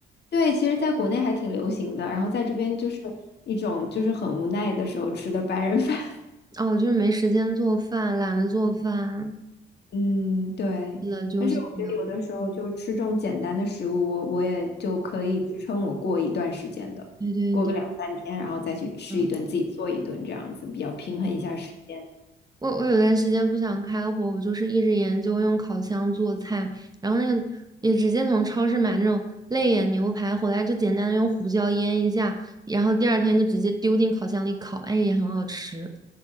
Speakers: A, on the left; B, on the right.
A: 对，其实在国内还挺流行的，然后在这边就是一种就是很无奈的时候吃的白人饭，<laughs>
B: 哦，就是没时间做饭，懒得做饭，
A: 嗯，对。
B: 是的，就是这样。
A: 但是我觉得有的时候就吃这种简单的食物，我我也就可以支撑我过一段时间的，
B: 对对对，
A: 过个两三天，然后再去吃一顿，
B: 嗯，
A: 自己做一顿，这样子比较平衡一下时间。
B: 我我有段时间不想开火，我就是一直研究用烤箱做菜，然后那个也直接从超市买那种肋眼牛排回来，就简单的用胡椒腌一下，然后第二天就直接丢进烤箱里烤，哎，也很好吃。